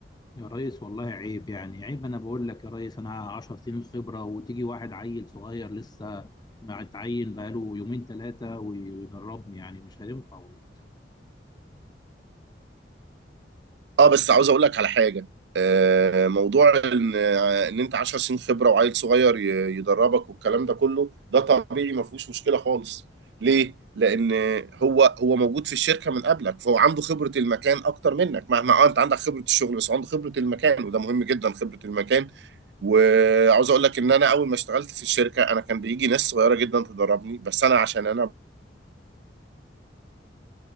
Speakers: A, on the left; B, on the right.
A: يا ريس والله عيب يعني عيب انا بقول لك يا ريس انا 10 سنين خبره وتيجي واحد عيل صغير لسه ما اتعين بقاله يومين ثلاثه ويدربني يعني مش هينفع والله
B: اه بس عاوز اقول لك على حاجه آه، موضوع ان آه، ان انت 10 سنين خبره وعيل صغير ي- يدربك والكلام ده كله ده طبيعي ما فيهوش مشكله خالص ليه لان هو هو موجود في الشركه من قبلك فهو عنده خبره المكان اكتر منك مهما اه انت عندك خبره الشغل بس عنده خبره المكان وده مهم جدا خبره المكان وعاوز اقول لك ان انا اول ما اشتغلت في الشركه انا كان بيجي ناس صغيره جدا تدربني بس انا عشان انا